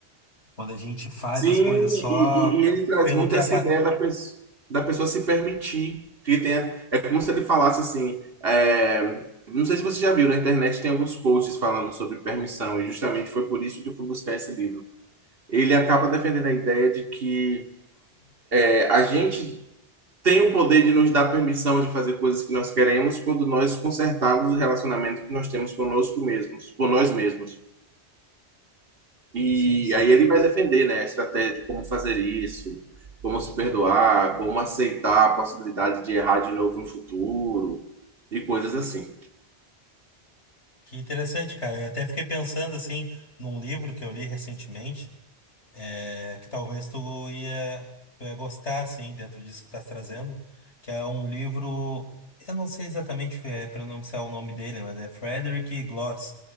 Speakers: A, on the left (about 85°); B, on the right (about 60°).
A: quando a gente faz
B: Sim,
A: as coisas só
B: e, e- e ele traz
A: pelo
B: muito
A: que
B: essa
A: apa...
B: ideia da, pes- da pessoa se permitir. Que tenha, é como se ele falasse assim. é, não sei se você já viu, na internet tem alguns posts falando sobre permissão, e justamente foi por isso que eu fui buscar esse livro. Ele acaba defendendo a ideia de que é, a gente tem o poder de nos dar permissão de fazer coisas que nós queremos quando nós consertarmos o relacionamento que nós temos conosco mesmos, com nós mesmos. E
A: Sim, sim.
B: aí ele vai defender, né, a estratégia de como fazer isso, como se perdoar, como aceitar a possibilidade de errar de novo no futuro e coisas assim.
A: Que interessante, cara. Eu até fiquei pensando, assim, num livro que eu li recentemente, é, que talvez tu ia, tu ia gostar, assim, dentro disso que estás trazendo, que é um livro, eu não sei exatamente é, pronunciar o nome dele, mas é Frederick Gloss,